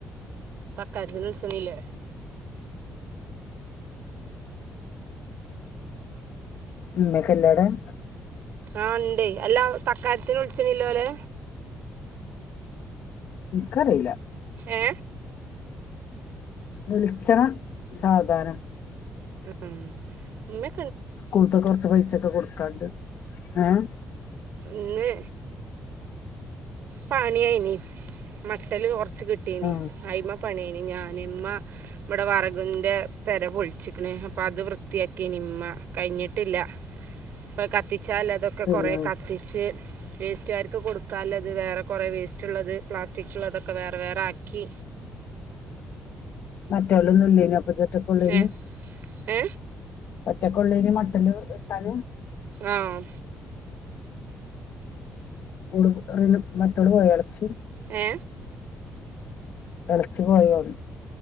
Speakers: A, on the right; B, on the left.
A: കരുതൽ സണല്ലേ
B: ഉന്നെ കല്ലട <inaudible>
A: ആഹ ഉണ്ടേ അല്ല തക്കാലത്തിന് വിളിച്ചണല്ലോലെ
B: നിക്കറിയില്ല
A: ഏ
B: വിളിച്ചണം സാവധാരം
A: ഉം മ
B: സ്കൂളത്തെ കുറച്ച് പൈസൊക്കെ കൊടുക്കാണ്ട് ഏഹ്
A: ഇന്ന് പണിയായിന മട്ടല് കുറ വ കിട്ടീന്
B: ആ
A: അയിമ പണീനി ഞാൻ ഇമ്മ ഇവിടെ വറകിന്റെ പെര പൊളിച്ചിക്കണ അപ്പൾ അത് വൃത്തിയാക്കിനിമ്മ കഴിഞ്ഞിട്ടില്ല ഇപ്പൊ കത്തിച്ചാൽ അതൊക്കെ
B: പിന്നെ
A: കൊറെ കത്തിച്ച് വെസ്റ്റുകാർക്ക് കൊടുക്കാല്ലോ അത് വേറെ കുറെ വേസ്റ്റ്ള്ളത് പ്ലാസ്റ്റിക്കള്ളതൊക്കെ വേറെ വേറക്കി
B: മറ്റൊലോന്നും ഇല്ലേന അപ്പ ചട്ടക്കനി
A: ഏ ഏ
B: ഒറ്റക്കൊള്ളിന് മട്ടല് ഇട്ടാന്
A: ആഹ
B: ആഹ മറ്റൊൾ പോയോ എളച്ചി
A: ഏ
B: എളച്ചി പോയോ